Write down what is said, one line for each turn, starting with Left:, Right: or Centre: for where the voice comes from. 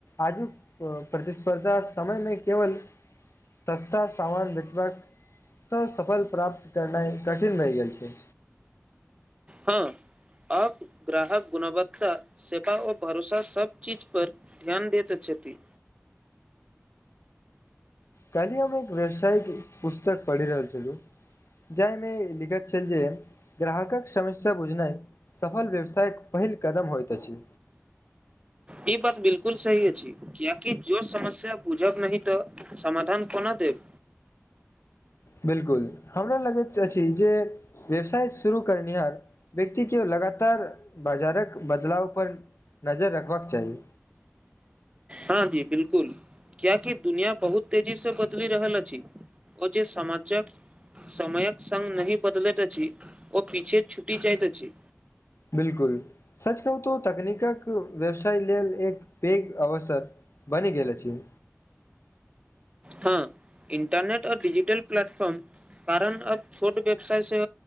Left: आजुक प्रतिस्पर्धा समय नै केवल- सस्ता सामान बेचबाक, ससफल प्राप्त करनाइ कठिन रहि गेल छै।
Right: हँ आब ग्राहक गुणवत्ता सेपा आ भरोसा सब चीज पर, ध्यान देत अछि।
Left: काल्हि हम एक व्यवसायिक पुस्तक पढ़ि रहल छलु, जाहि मे लिखल छल जे ग्राहकक समस्या बुझनाइ, सफल व्यवसायक पहिल कदम होइत अछि।
Right: ई बात बिल्कुल सही अछि, कियकि जो समस्या बुझब नहि तऽ- समाधान कोना देब?
Left: बिल्कुल हमरा लगैत अछि, जे व्यवसाय शुरू करनिहार व्यक्ति के लगातार बाजारक बदलाव पर नजर रखबाक चाहि।
Right: हाॅं जी बिल्कुल। कियाकि दुनिया बहुत तेजी से बदलि रहल अछि। उचित समाचक, समयक सङ्ग नहि बदलैत अछि, ओ पीछे छुटि जाइत अछि।
Left: बिल्कुल। सच कहू तो तकनीकक व्यवसाय लेल एक पेघ अवसर बनि गेल अछि।
Right: हाॅं, इंटरनेट आ डिजिटल प्लेटफॉर्म कारण अब छोट व्यवसाय स